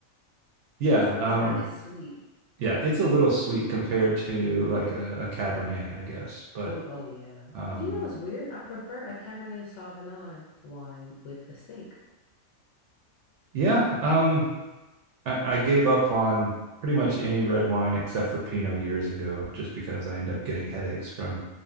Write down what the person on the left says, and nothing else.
It's it's
not as sweet.
Oh, oh yeah.
But you know what's weird? I prefer a Cabernet Sauvignon wine with a steak